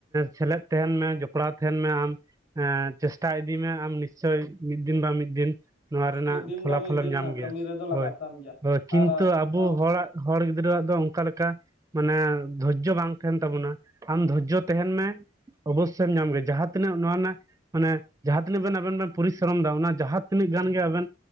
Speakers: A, on the right; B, on the left.
A: ᱥᱮᱞᱮᱫ ᱛᱟᱦᱮᱱ ᱢᱮ ᱡᱚᱯᱲᱟᱣ ᱛᱟᱦᱮᱱ ᱢᱮ ᱟᱢ ᱦᱮ ᱪᱮᱥᱴᱟ ᱤᱫᱤ ᱢᱮ ᱟᱢ ᱱᱤᱥᱪᱳᱭ ᱢᱤᱫ ᱫᱤᱱ ᱵᱟ ᱢᱤᱫ ᱫᱤᱱ ᱱᱚᱣᱟ ᱨᱮᱱᱟᱜ
B: ᱢᱤᱫ ᱫᱤᱱ
A: ᱯᱷᱚᱞᱟ
B: ᱵᱟ ᱢᱤᱫ
A: ᱯᱷᱚᱞ
B: ᱫᱤᱱ
A: ᱮᱢ ᱧᱟᱢ
B: ᱦᱮᱸ
A: ᱜᱮᱭᱟ
B: ᱠᱟᱹᱢᱤ ᱨᱮᱫᱚ ᱞᱟᱜᱟᱜ
A: ᱦᱳᱭ
B: ᱛᱟᱢ ᱜᱮᱭᱟ
A: ᱦᱳᱭ ᱠᱤᱱᱛᱩ
B: ᱟᱨ
A: ᱟᱵᱚ
B: ᱚᱸ
A: ᱦᱚᱲᱟᱜ ᱦᱚᱲ ᱜᱤᱫᱽᱨᱟᱹᱣᱟᱜ ᱫᱚ ᱚᱱᱠᱟ ᱞᱮᱠᱟ ᱢᱟᱱᱮ ᱫᱷᱳᱨᱡᱚ ᱵᱟᱝ ᱛᱟᱦᱮᱱ ᱛᱟᱵᱚᱱᱟ ᱟᱢ ᱫᱷᱳᱨᱡᱚ ᱛᱟᱦᱮᱱ ᱢᱮ᱾ ᱚᱵᱚᱥᱥᱳᱭᱢ ᱧᱟᱢ ᱜᱮᱭᱟ, ᱡᱟᱦᱟᱸ ᱛᱤᱱᱟᱹᱜ ᱱᱚᱣᱟ ᱨᱮᱱᱟᱜ ᱢᱟᱱᱮ ᱡᱟᱦᱟᱸ ᱛᱤᱱᱟᱹᱜ ᱵᱮᱱ ᱟᱵᱮᱱ ᱵᱮᱱ ᱯᱚᱨᱤᱥᱨᱚᱢ ᱮᱫᱟ, ᱚᱱᱟ ᱡᱟᱦᱟᱸ ᱛᱤᱱᱟᱹᱜ ᱜᱟᱱ ᱜᱮ ᱟᱵᱮᱱ